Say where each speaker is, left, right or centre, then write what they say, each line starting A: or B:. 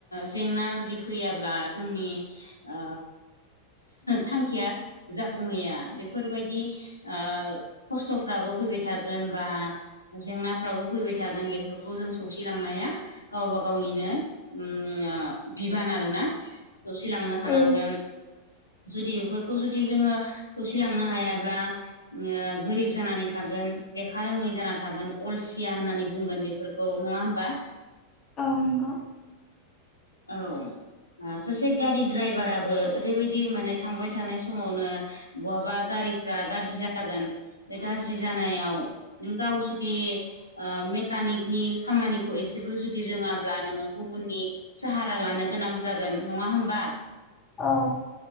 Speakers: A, on the left; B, on the left.
A: जेंना जुदि फैयाब्ला जोंनि ओ थांखिया जाफुंहैया बेफोरबायदि ओ खस्थ'फ्राबो फैबाय थागोन बा जेंनाफ्राबो फैबाय थागोन बेफोरखौ जों सौसिलांनाया गावबा गावनिनो ओम बिबान आरोना दसे लांनो हानांगोन
B: औ
A: जुदि बेफोरखौ जुदि जोङो खौसिलांनो हायाब्ला ओ गोरिब जानानै थागोन लेखा रोङै जाना थागोन अलसिया होननानै बुंगोन बेफोरखौ औ नङा होमबा
B: औ नंगौ।
A: औ सासे गारि ड्राइभाराबो ओरैबायदि माने थांबाय थानाय समावनो बहाबा गारिफ्रा गाज्रि जागोन बे गाज्रि जानायाव नों गाव जुदि ओ मेकानिकनि खामानिखौ एसेबो जुदि रोङाब्ला नोङो गुबुननि साहारा लानो गोनां जागोन, नङा होमबा?
B: औ।